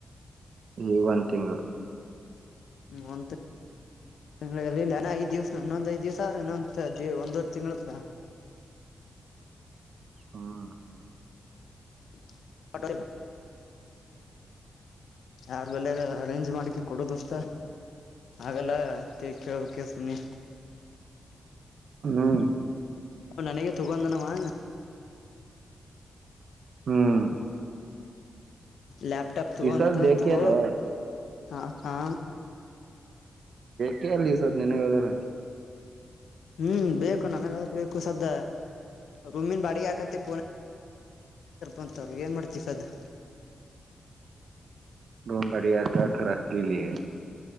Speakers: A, on the right (about 60°); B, on the left (about 80°).
A: ಈಗ ಒಂದ್ ತಿಂಗಳ್
B: ಹ್ಮ ಒ ತಿ ನ ಐದ್ ದಿವ್ಸ ಇನ್ನೊಂದ ಐದ ದಿವಸ ಅವ್ರರು ಇನ್ನೊಂದು ಒಂದುವರಿ ತಿಂಗಳತ್ತದ
A: ಹ್ಮ್
B: <unintelligible> ಯಾರ ಬಲ್ಲೇರ ಅರೇಂಜ್ ಮಾಡಿ ಕೊಡು ದೋಸ್ತ ಹಾಗಲ್ಲ ಅಂತ ಕೇಳಬೇಕ ಸುಮ್ಮನೆ
A: ಹ್ಮ್
B: ನನಗೆ ತಗೊಂದನವಾ
A: ಹ್ಮ್
B: ಲೆಪ್ಟಾಪ್ ತುಾಗ
A: ಈ ಸದ್ ಬೇಕೇ
B: ತುಗ
A: ಅಲ್ಲ
B: ಹ ಹಾ.
A: ಕೆಳ ಇ ಸದ್ದು ನಿನಗೆದರ.
B: ಹ್ಮ್ ಬೇಕು ನನಗದರು ಬೇಕು ಸದ್ದ ರೂಮಿನ್ ಬಾಡಿಗೆ ಅಕತ್. ಮತ್ತೆ ಫೋನ್ ಹಚ್ಚೆರ್ ಏನ್ ಮಾಡ್ತೀ ಸದ್.
A: ದೊಮ್ಬಡಿ ಯಕ್ ಅಕ್ರ ಅಕ್ಕಿಲಿ.